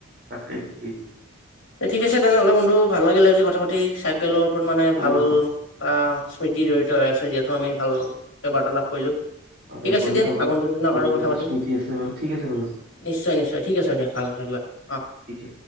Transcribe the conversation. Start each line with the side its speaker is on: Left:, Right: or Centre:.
Right: তাকে <unintelligible>
Left: এ ঠিক আছে তেনে হলে বন্ধু ভাল লাগিলে আজি কথা পাতি, চাইকেলৰ ওপৰত মানে
Right: হয়
Left: ভাল আহ স্মৃতি জড়িত হৈ আছে যিহেতু আমি ভালকে বাৰ্তালাপ কৰিলো।
Right: অ',
Left: ঠিক আছে
Right: সৰু
Left: দিয়া
Right: কালৰ,
Left: আগন্তুক দিনত
Right: সৰু
Left: আৰু কথা
Right: কালৰ
Left: পাতিম
Right: স্মৃতি আছে বাৰু ঠিক আছে বাৰু।
Left: নিশ্চয়, নিশ্চয়। ঠিক আছে দিয়া, ভাল থাকিবা। অ
Right: ঠিকে।